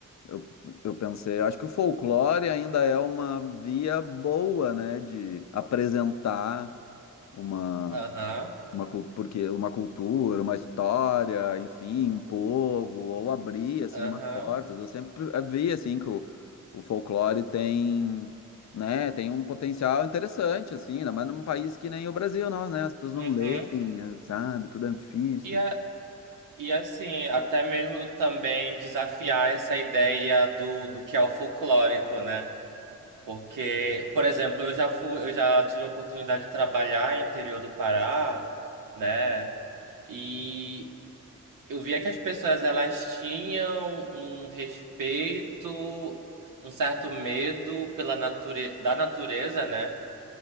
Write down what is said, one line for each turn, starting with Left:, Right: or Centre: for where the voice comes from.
Left: eu, eu pensei, eu acho que o folclore ainda é uma via boa, né, de apresentar uma
Right: aham,
Left: uma, cul- porque uma cultura, uma história, enfim, um povo, ou abrir, assim,
Right: aham,
Left: umas portas. Eu sempre eh, vi, assim, que o, o folclore tem, né, tem um potencial interessante, assim, ainda mais num país que nem o Brasil, nós, né, as pessoas não
Right: uhum.
Left: leem, eh, sabe, tudo é difícil.
Right: E, a, e é assim, até mesmo do- também desafiar essa ideia do, do que é o folclórico, né? Porque, por exemplo, eu já fui, eu já tive a oportunidade de trabalhar no interior do Pará, né? E eu via que as pessoas elas tinham um respeito, um certo medo pela nature, da natureza, né?